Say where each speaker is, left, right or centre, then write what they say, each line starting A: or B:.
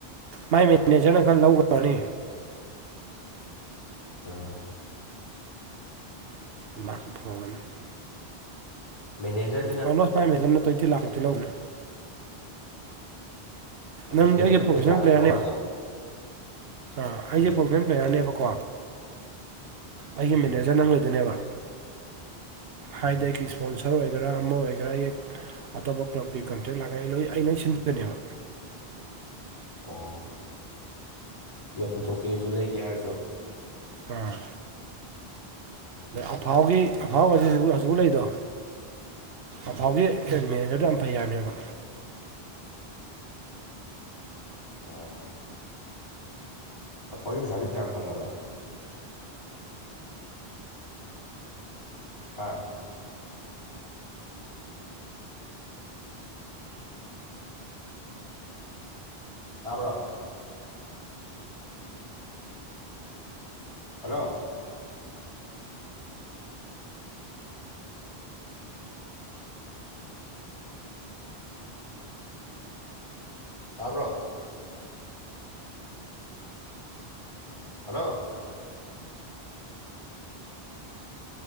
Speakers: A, on the right (about 70°); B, on the left (about 35°).
A: ꯃꯥꯏ ꯃꯦꯅꯦꯖꯔꯅ ꯈꯔ ꯂꯧꯈ꯭ꯔꯅꯤ
B: ꯎꯝ
A: <unintelligible>
B: ꯃꯦꯅꯦꯖꯔ
A: ꯑꯣꯜꯃꯣꯁꯥ ꯐꯥꯏꯞ ꯃꯦꯗꯜ ꯇ꯭ꯨꯋꯅꯇꯤ ꯂꯥꯛꯈꯨꯛꯇꯤ ꯂꯧꯈ꯭ꯔꯦ
B: ꯑꯗꯨꯗꯅꯤꯅꯦ
A: ꯅꯪꯗꯤ ꯑꯩꯒꯤ
B: ꯃꯣꯏ
A: ꯄ꯭ꯔꯣꯐꯦꯁꯅꯦꯜ
B: ꯀ꯭ꯔꯦꯇꯥꯒ
A: ꯄ꯭ꯂꯦꯌꯥꯔꯅꯦꯕ
B: ꯊꯧꯍꯧꯔꯤꯗꯣ
A: ꯑ
B: ꯎꯝ
A: ꯑꯩꯁꯦ ꯄ꯭ꯂꯦꯌꯔꯅꯦꯕꯀꯣ ꯑꯩꯒꯤ
B: ꯎꯝ
A: ꯃꯦꯅꯦꯖꯔ ꯅꯪ ꯂꯩꯗꯣꯏꯅꯦꯕ
B: ꯎꯝ
A: ꯍꯥꯏꯗ ꯑꯩꯀꯤꯁꯨ ꯏꯁꯄꯣꯟꯁꯔ ꯑꯣꯏꯒꯦꯔꯥ ꯑꯃ ꯑꯣꯏꯒꯦꯔꯥ ꯑꯦ ꯑꯇꯣꯞꯄ ꯀ꯭ꯂꯕꯀꯤ ꯀꯣꯟꯇꯦꯛ ꯂꯥꯛꯀꯒꯦ ꯑꯩ ꯂꯣꯏ ꯑꯩ ꯂꯣꯏ ꯁꯤꯟꯗꯣꯏꯅꯦꯕ
B: ꯑꯣ ꯌꯣꯟꯊꯣꯛꯀꯦꯁꯨ ꯂꯩꯒꯦ ꯍꯥꯏꯔꯁꯨ
A: ꯑꯥ
B: ꯎꯝ
A: ꯑꯐꯥꯎꯒꯤ ꯑꯐꯥꯎ ꯍꯥꯏꯕꯁꯤ ꯍꯧ ꯍꯧꯖꯤꯛ ꯂꯩꯗꯣ
B: ꯎꯝ
A: ꯑꯐꯥꯎꯒꯤ ꯑꯦ ꯃꯦꯅꯦꯖꯔꯗꯣ ꯌꯥꯝ ꯐꯩ ꯍꯥꯏꯕꯅꯦꯕ
B: ꯑꯣ ꯑꯐꯥꯎꯒꯤ ꯄꯩꯁꯥꯗꯤ ꯐꯁꯥ ꯐꯪꯉꯕ꯭ꯔꯣ ꯍꯥꯥ ꯇꯥꯕ꯭ꯔꯣ ꯍꯜꯂꯣ ꯇꯥꯕ꯭ꯔꯣ ꯍꯜꯂꯣ